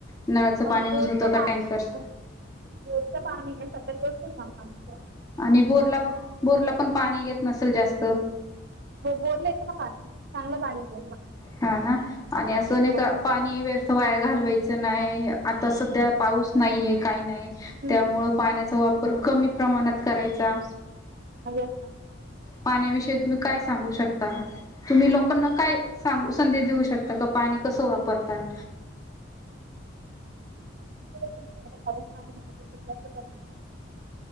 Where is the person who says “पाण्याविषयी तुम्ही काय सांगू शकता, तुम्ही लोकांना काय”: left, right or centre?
Left